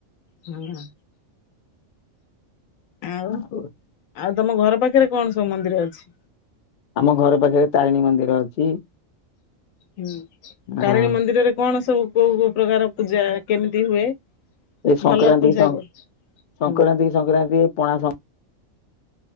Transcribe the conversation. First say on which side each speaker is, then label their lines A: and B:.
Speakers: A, on the left; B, on the left.
A: ହଁ ଆଉ?
B: ହଁ
A: ଆଉ ତମ ଘର ପାଖରେ କଣ ସବୁ ମନ୍ଦିର ଅଛି?
B: ଆମ ଘର ପାଖେରେ ତାରିଣୀ ମନ୍ଦିର ଅଛି।
A: ହୁଁ ତାରିଣୀ
B: ହଁ
A: ମନ୍ଦିରରେ କଣ ସବୁ କୋଉ କୋଉ ପ୍ରକାର ପୂଜା କେମିତି ହୁଏ?
B: ଏ ସଂକ୍ରାନ୍ତି‌
A: ଭଲ ପୂଜା
B: କି ସଂ
A: କ
B: ସଂକ୍ରାନ୍ତି
A: ହୁଁ
B: କି ସଂକ୍ରାନ୍ତି ପଣା ସଂ